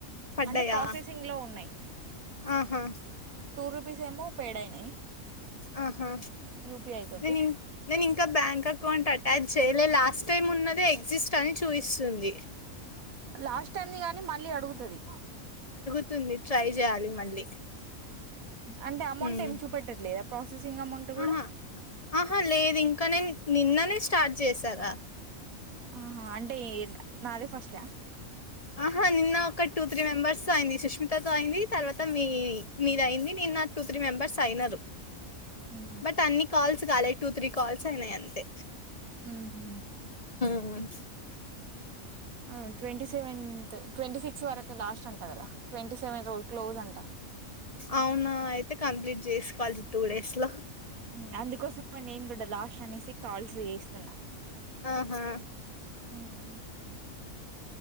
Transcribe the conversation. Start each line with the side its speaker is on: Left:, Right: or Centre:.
Left: పడ్డాయా
Right: అంటే ప్రాసెసింగ్ లో ఉన్నాయి
Left: ఆహా
Right: టూ రూపీస్ ఏమో పేడ అయినాయి
Left: ఆహా
Right: యూపీఐ తోటి
Left: నేను ఇం నేను ఇంకా బ్యాంక్ అకౌంట్ అట్ట టజ చేయలే లాస్ట్ టైమ్ ఉన్నదే ఎగ్జిస్ట్ అని చూపిస్తుంది
Right: లాస్ట్ టైమ్ ని గాని మళ్ళీ అడుగుతుది
Left: స్తుంది ట్రై చేయాలి మళ్ళీ
Right: అంటే అమౌంట్
Left: ఉమ్.
Right: ఏమి చూపెట్టట్లేదా ప్రాసెసింగ్ అమౌంట్ కూడా
Left: ఆహా ఆహా లేదు ఇంకా నేను నిన్ననే స్టార్ట్ చేశారా
Right: ఆహా అంటే నాదే ఫస్ట్
Left: ఆహా నిన్న ఒక టూ త్రీ మెంబర్స్ తో అయింది సుష్మితతో అయింది తర్వాత మీ మీద అయింది బట్ నది టూ త్రీ మెంబెర్స్ అయినరు
Right: ఉహు
Left: బట్ అన్ని calls two three calls అయినాయి అంతే
Right: ఉమ్ హు
Left: ఉమ్
Right: అవును ట్వంటి సెవెన్ ట్వంటీ సిక్స్ వరకు లాస్ట్ అంటా కదా ట్వంటీ సెవెన్ రో క్లోజ్ అంట
Left: అవునా అయితే కంప్లీట్ చేసుకోవాలి టూ డేస్ లో
Right: మ్ అందుకోసం నేను కూడా లాస్ట్ అనేసి కాల్స్ చేస్తున్నా
Left: ఆహా
Right: ఉమ్